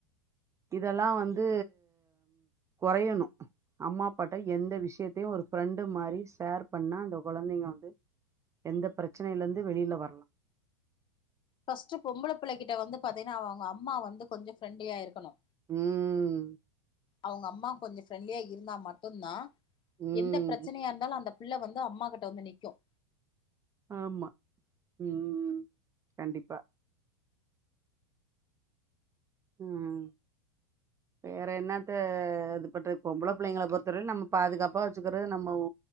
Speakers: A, on the right (about 20°); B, on the left (about 30°).
A: இதெல்லாம் வந்து குறையணும் அம்மாப்பாட்ட எந்த விஷயத்தையும் ஒரு ஃப்ரெண்டு மாதிரி ஷேர் பண்ணா அந்த குழந்தைங்க வந்து எந்த பிரச்சனையில இருந்து வெளியில வரலாம்
B: பர்ஸ்ட் பொம்பளை பிள்ளைகிட்ட வந்து பாத்தீங்கன்னா அவங்க அம்மா வந்து கொஞ்ச ஃப்ரண்ட்லியா இருக்கணு
A: உம்ஹ்
B: அவங்க அம்மா கொஞ்சம் ஃப்ரண்டலியா இருந்தா மட் மட்டு்தான்
A: ம்
B: எந்த பிரச்சனையா இருந்தாலும் அந்த புள்ள வந்து அம்மா கிட்ட வந்து நிக்கும்
A: ஆமா உம் கண்டிப்பா உஹம் வேற என்னத்த இது பண்றது பொம்பளை பிள்ளைங்கள பொறுத்தவர நம்ம பாதுகாப்பா வச்சுக்கிறது நம்ம